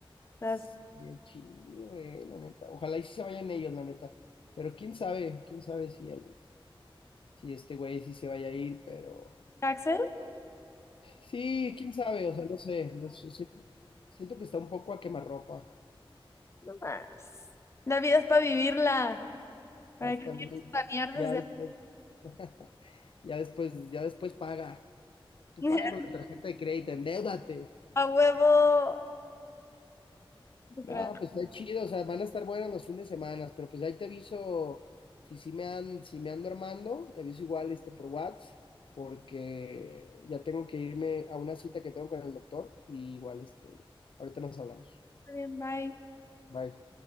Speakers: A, on the left; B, on the left.
A: Las-
B: Sería chido, eh, la neta. Ojalá y sí se vayan ellos, la neta. Pero quién sabe, quién sabe si el, si este güey sí se vaya a ir, pero
A: Axel,
B: sí, quién sabe, o sea, no sé, no sé, siento, siento que está un poco a quemarropa.
A: no más. La vida es para vivirla.
B: Exactamente.
A: ¿Para qué quieres planear desde
B: Ya después, <laughs> ya después, ya después paga. Tú
A: <laughs>
B: paga con la tarjeta de crédito, endeúdate.
A: a huevo? ¿Tú
B: No,
A: crees?
B: pues está chido, o sea, van a estar buenos los fines de semana, pero pues ahí te aviso, si sí me han, si me ando armando, te aviso igual este por WhatsApp, porque ya tengo que irme a una cita que tengo con el doctor, y igual este, ahorita nos hablamos.
A: Está bien, bye.
B: Bye.